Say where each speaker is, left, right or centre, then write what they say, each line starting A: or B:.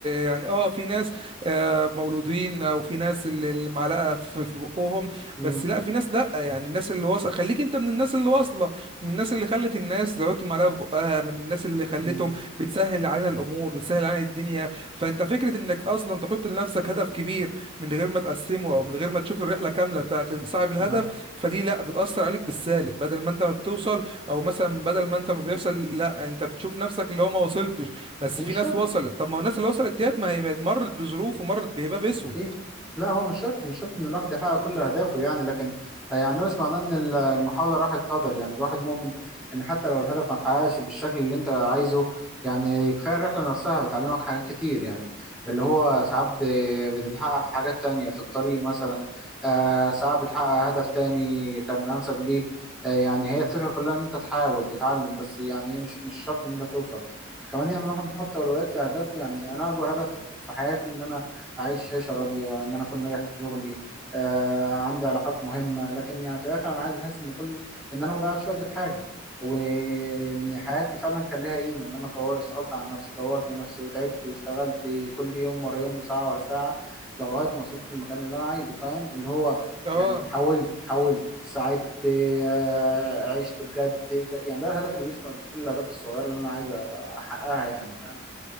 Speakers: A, on the right; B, in the centre.
A: يعني اه في ناس آه مولودين او في ناس اللي اللي معلقة في, في بقهم
B: امم
A: بس لا في ناس لا يعني الناس اللي واصلة خليك انت من الناس اللي واصلة من الناس اللي خلت الناس تحط معلقة في بقها من الناس اللي خلتهم
B: امم
A: بتسهل علينا الامور بتسهل علينا الدنيا فانت فكرة انك اصلا تحط لنفسك هدف كبير من غير ما تقسمه او من غير ما تشوف الرحله كامله بتاعت صاحب الهدف
B: اه
A: فدي لا بتاثر عليك بالسالب بدل ما انت ما بتوصل او مثلا بدل ما انت ما بيوصل لا انت بتشوف نفسك اللي هو ما وصلتش بس
B: ومش
A: في ناس
B: شرط
A: وصلت طب ما هو الناس اللي وصلت ديت ما هي مرت بظروف ومرت بهباب اسود
B: أكيد لا هو مش شرط مش شرط إن الواحد يحقق كل أهدافه يعني لكن آه، يعني ده مش معناه إن ال- المحاولة راحت هدر يعني الواحد مؤمن إن حتى لو الهدف ما اتحققش بالشكل اللي أنت عايزه يعني كفاية الرحلة نفسها بتعلمك حاجات كتير يعني اللي هو ساعات ب- بتتحقق في حاجات تانية في الطريق مثلا آه، ساعات بتحقق هدف تاني كان أنسب ليك آه، يعني هي الفكرة كلها إن أنت تحاول تتعلم بس يعني إيه، مش مش شرط إن أنت توصل كمان يعني الواحد بيحط أولويات لأهدافه يعني أنا أكبر هدف في حياتي إن أنا اعيش عيشه راضيه ان انا اكون ناجح في شغلي آه عندي علاقات مهمه لكن يعني في الاخر انا عايز احس ان كل ان انا ما ضيعتش وقتي في حاجه وان حياتي فعلا كان لها قيمه ان انا طور اشتغلت على نفسي طورت نفسي وتعبت واشتغلت كل يوم ورا يوم وساعه ورا ساعه لغايه ما وصلت للمكان اللي انا عايزه فاهم اللي هو
A: اه
B: يعني حاولت حاولت ساعدت آه، عشت بجد ده يعني ده الهدف اللي بيشمل كل الاهداف الصغيره اللي انا عايز احققها يعني فاهم